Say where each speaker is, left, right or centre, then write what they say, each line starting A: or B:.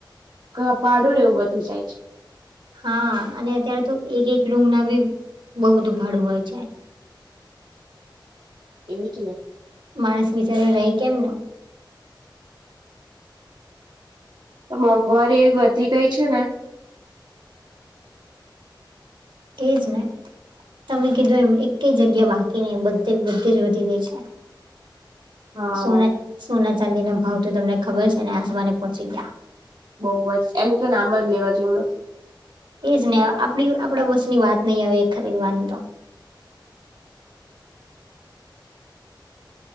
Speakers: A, on the right (about 60°); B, on the right (about 75°).
A: ક પાડું ને એવું વધી જાય છે.
B: હા અને અત્યારે તો એક જે રૂમ ના બી બહુ બધું ભાડું હોય છે.
A: એજ ને.
B: માણસ બિચારે રહે કેમ ના.
A: તો મોંઘવારી એ વધી ગઈ છે ને.
B: એજ ને. તમે કીધું એમ એક કે જગ્યા બાકી નહી બધે બધે જ વધી ગઈ છે.
A: હા
B: સોના સોના ચાંદી ના ભાવ તો તમને ખબર છે ને આસમાને પહોંચી ગયા.
A: બહુ જ એનું તો નામ જ લેવા જેવું નથી.
B: એજને આપણી આપણા બસની વાત નહી હવે એ ખરીદવાની તો.
A: <inaudible>